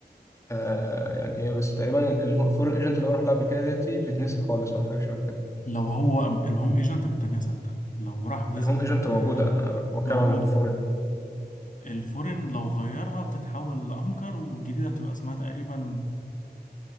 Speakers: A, on the left; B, on the left.
A: آه، يعني ايه بس تقريبا الفورين ايجنت اللي هو راح لها قبل كده دي بتتنسي خالص او حاجه شبه كده
B: لو هو الهوم ايجنت بالتانية ثابتة لو راح فيزيتد
A: الهوم ايجنت موجوده انا بتكلم
B: موجودة
A: عن الفورين
B: الفورن لو غيرها بتتحول لانكر والجديده بتبقى اسمها تقريبا